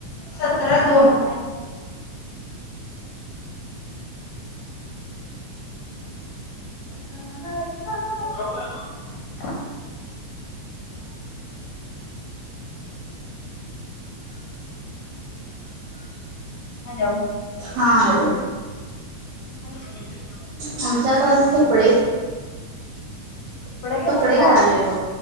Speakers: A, on the left; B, on the right.
A: सतरा दोन. ह ह. <unintelligible> हॅलो.
B: हां हॅलो.
A: <unintelligible>
B: फुलच्या तास तुकडे.
A: कुठं गेलायसा?
B: कपडे करायला येऊ बघ.